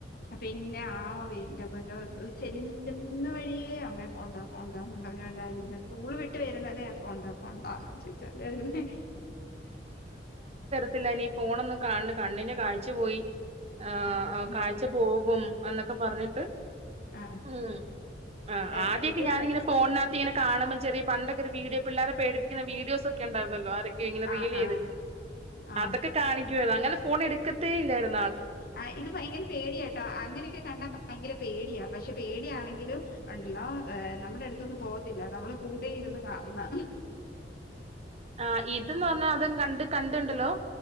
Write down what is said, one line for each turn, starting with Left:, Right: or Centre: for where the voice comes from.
Left: പിന്നെ ആണോ എന്റെ പൊന്നോചെല്ലുന്ന വഴിയേ അമ്മേ ഫോൺ താ ഫോൺ താ എന്നും പറഞ്ഞോണ്ടാ വരുന്നത് സ്കൂള് വിട്ട് വരുന്നതേ ഫോൺത്താ ഫോൺത്താ എന്ന് ചോ ച്ചോണ്ട വരുന്നേ
Right: തില്ല ഇനി ഫോൺ ഒന്നും കണ്ണേ കാണ്ണിന്ന് കാഴ്ച പോയി ആഹ്
Left: ആ
Right: ആഹ്
Left: ഇത്
Right: കാഴ്ച പോകും എന്നൊ ഒക്ക പറഞ്ഞിട്ട്
Left: ആ
Right: ഉം ആഹ്
Left: എൽ-
Right: ആദ്യൊക്കെ
Left: ഇത്
Right: ഞാനിങ്ങനെ ഫോണിനാത്ത് ഇങ്ങനെ കാണുമ്പം ചെറിയ പണ്ടൊക്കെ ഒരു വീഡിയോ പിള്ളാരെ പേടിപ്പിക്കുന്ന വീഡിയോസ് യ്ക്കണ്ടാരുന്നല്ലോ ആര് ഇങ്ങനെ
Left: ആ
Right: റിയല്ചെയ്ത്
Left: ആ ആ
Right: അതക്കെ കാണിക്കുവ അങ്ങനെ സ് ഫോണെടുക്കത്തെ ഇല്ലാരുന്ന്
Left: ആഹ് ഇത് ഭയകര പേടിയാട്ടോ അങ്ങനൊക്കെ കണ്ടാ പയ്ങ്കര പേടിയാ പക്ഷെ പേടിയാണെങ്കിലും ഉണ്ടല്ലോ ഏഹ് നമ്മുടെ അടുത്തുന്നു പോകത്തില്ല നമ്മള് കൂടെ ഇരുന്ന് കാണണം
Right: ആഹ് ഇതെന്ന് പറഞ്ഞാ അതങ്ങ് കണ്ട് കണ്ട്ണ്ടല്ലോ